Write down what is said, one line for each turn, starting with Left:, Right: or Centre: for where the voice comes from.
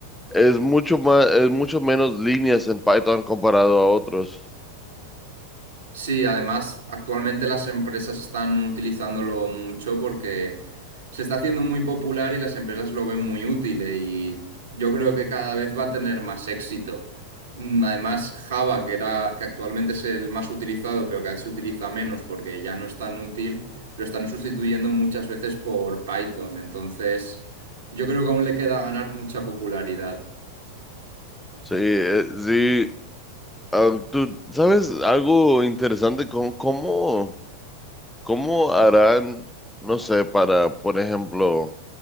Centre: es mucho más, es mucho menos líneas en Python comparado a otros.
Right: Sí, además, actualmente las empresas están utilizándolo mucho porque se está haciendo muy popular y las empresas lo ven muy útil eh, y yo creo que cada vez va a tener más éxito. Mm, Además, Java, que era, que actualmente es el más utilizado, pero cada vez se utiliza menos porque ya no es tan útil, lo están sustituyendo muchas veces por Python. Entonces, yo creo que aún le queda ganar mucha popularidad.
Centre: Sí, eh, sí. Ah, ¿tú sabes algo interesante con cómo, cómo harán, no sé, para, por ejemplo,